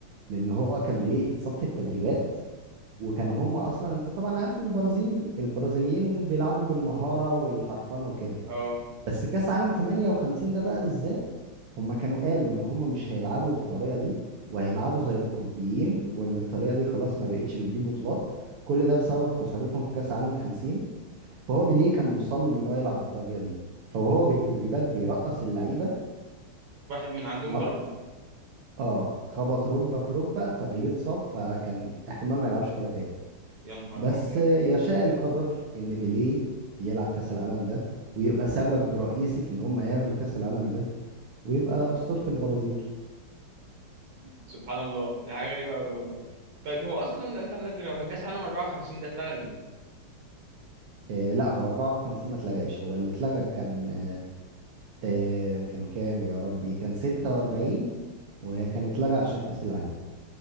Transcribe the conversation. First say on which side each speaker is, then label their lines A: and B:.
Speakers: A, on the right; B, on the right.
A: لان هو كان بيليه صف التدريبات وكان هم اصلا انت طبعا عارف ان البرازيل البرازيليين بيلعبوا بالمهاره والحرفنه وكده
B: اه
A: بس كاس عالم 58 ده بقى بالذات هم كانوا قالوا ان هم مش هيلعبوا بالطريقه دي وهيلعبوا زي الاوروبيين وان الطريقه دي خلاص ما بقتش بتجيب بطولات كل ده بسبب خسارتهم في كاس عالم 50 فهو بيليه كان مصمم ان هو يلعب بالطريقه دي فهو بالتدريبات بيرقص اللعيبه
B: واحد من عندهم
A: مر-
B: ضرب
A: اه خبط ركبه في ركبه فبيليه اتصاب فكان احتمال ما يلعبش كوره تاني
B: يا نهار
A: بس
B: ابيض
A: يشاء القدر ان بيليه يلعب كاس العالم ده ويبقى سبب رئيسي في ان هم ياخدوا كاس العالم ده ويبقى اسطورة البرازيل
B: سبحان الله دي حاجه غريبه قوي والله طيب هو اصلا لو انت عندك فكره هو كاس العالم 54 ده اتلغى ليه
A: آه لا هو 54 ما اتلغاش هو اللي اتلغى كان آه آه كان كام يا ربي كان 46 وكان اتلغى عشان كاس العالم